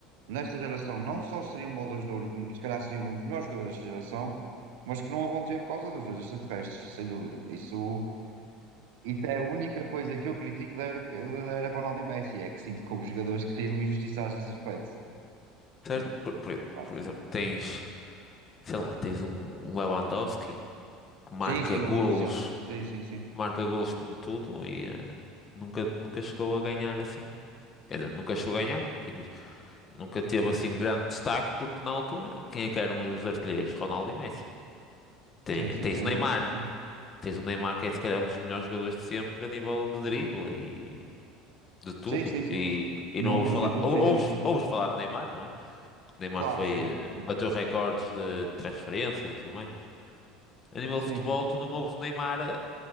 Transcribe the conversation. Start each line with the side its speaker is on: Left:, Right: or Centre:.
Right: nesta geração não só seriam bolas de ouro, como se calhar seriam os melhores jogadores desta geração, mas que não a vão ter por causa dos dois extraterrestres, sem dúvida. Isso, isso é a única coisa que eu critico da era, da era Ronaldo e Messi, é que sinto que houve jogadores que saíram injustiçados nesse aspecto.
Left: certo?
Right: Mas,
Left: Por, por-
Right: pronto.
Left: por exemplo, tens, sei lá, tens um, um Lewandowski que marca
Right: Sim, sim,
Left: golos,
Right: outro exemplo. Sim, sim, sim.
Left: marca golos como tudo e ah, nunca, nunca chegou a ganhar assim. Quer dizer, nunca chegou a ganhar, como quem diz. Nunca teve assim grande destaque porque na altura, quem é que eram os artilheiros? Ronaldo e Messi. Tem-
Right: Sim, sim,
Left: tens
Right: sem
Left: o Neymar.
Right: dúvida. Sim.
Left: Tens o Neymar que é se calhar um dos melhores jogadores de sempre a nível de drible e de tudo.
Right: Sim, sim, sim.
Left: E, e
Right: Números
Left: não ouves falar,
Right: e tudo,
Left: ou-
Right: sim,
Left: ouves,
Right: sim, sim.
Left: ouves falar do Neymar, não é? o Neymar
Right: Claro,
Left: foi,
Right: sim,
Left: eh,
Right: sim,
Left: bateu recordes de transferências e tudo mais, mas a nível
Right: sim.
Left: de futebol tu não ouves o Neymar a,